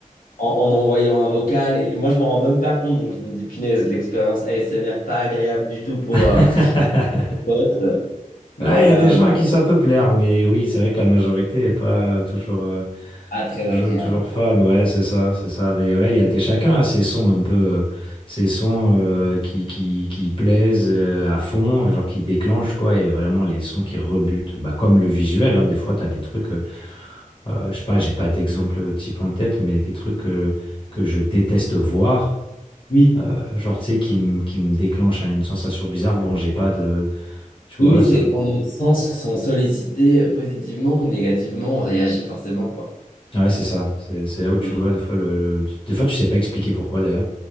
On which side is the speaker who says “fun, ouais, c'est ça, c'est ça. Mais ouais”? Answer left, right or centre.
Left